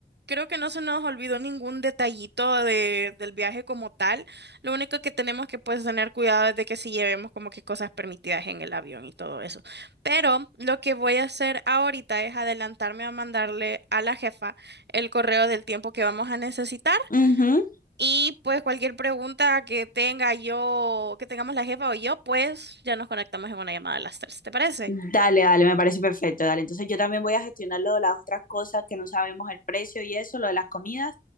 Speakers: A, on the right; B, on the left.
A: creo que no se nos olvidó ningún detallito de- del viaje como tal. Lo único que tenemos que pues tener cuidado es de que si llevemos como que cosas permitidas en el avión y todo eso. Pero lo que voy a hacer ahorita es adelantarme a mandarle a la jefa el correo del tiempo que vamos a necesitar
B: Ujú.
A: y pues cualquier pregunta que tenga yo, que tengamos la jefa o yo, pues ya nos conectamos en una llamada a las tres. ¿Te parece?
B: Dale, dale, me parece perfecto. Dale, entonces yo también voy a gestionar lo de las otras cosas que no sabemos el precio y eso, lo de las comidas,